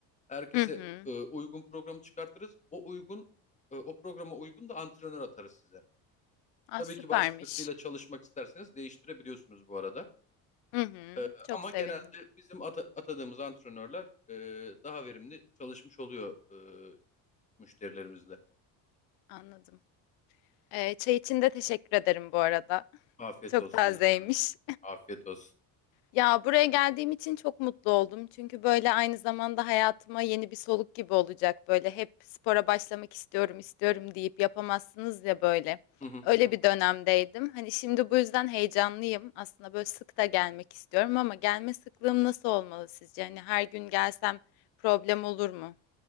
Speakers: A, on the left; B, on the left.
A: Herkese
B: Hı hı.
A: e, uygun programı çıkartırız. O uygun e, o programa uygun da antrenör atarız size.
B: Aa,
A: Tabii
B: süpermiş.
A: ki başkasıyla çalışmak isterseniz değiştirebiliyorsunuz bu arada.
B: Hı hı.
A: E,
B: Çok
A: ama
B: sevindim.
A: genelde bizim ata- atadığımız antrenörler e, daha verimli çalışmış oluyor e, müşterilerimizle.
B: Anladım. Ee, çay için de teşekkür ederim bu arada.
A: Afiyet
B: Çok
A: olsun
B: tazeymiş.
A: ne demek. Afiyet olsun.
B: Ya buraya geldiğim için çok mutlu oldum. Çünkü böyle aynı zamanda hayatıma yeni bir soluk gibi olacak. Böyle hep spora başlamak istiyorum, istiyorum deyip yapamazsınız ya böyle.
A: <laughs>
B: Öyle bir dönemdeydim. Hani şimdi bu yüzden heyecanlıyım. Aslında böyle sık da gelmek istiyorum ama gelme sıklığım nasıl olmalı sizce? Hani her gün gelsem problem olur mu?